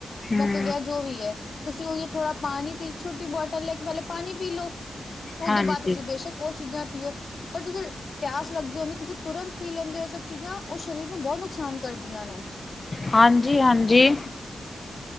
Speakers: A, on the left; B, on the left.
A: ਹਮ
B: ਮੁੱਕ ਗਿਆ ਜੋ ਵੀ ਐ, ਤੁਸੀਂ ਉਹੀ ਓ ਥੋੜਾ ਪਾਣੀ ਦੀ ਛੋਟੀ ਬੋਟਲ ਲੈ ਕੇ ਪਹਿਲੇ ਪਾਣੀ ਪੀ ਲਓ। ਉਹ
A: ਹਾਂਜੀ
B: ਦੇ ਬਾਅਦ ਤੁਸੀਂ ਬੇਸ਼ੱਕ ਉਹ ਚੀਜ਼ਾਂ ਪੀਓ ਪਰ ਤੁਸੀਂ ਪਿਆਸ ਲੱਗੀ ਹੁੰਦੀ, ਤੁਸੀਂ ਤੁਰੰਤ ਪੀ ਲੈਂਦੇ ਓ ਇਹ ਸਭ ਚੀਜ਼ਾਂ, ਉਹ ਸਰੀਰ ਨੂੰ ਬਹੁਤ ਨੁਕਸਾਨ ਕਰਦੀਆਂ ਨੇ।
A: ਹਾਂਜੀ-ਹਾਂਜੀ।
B: <unintelligible>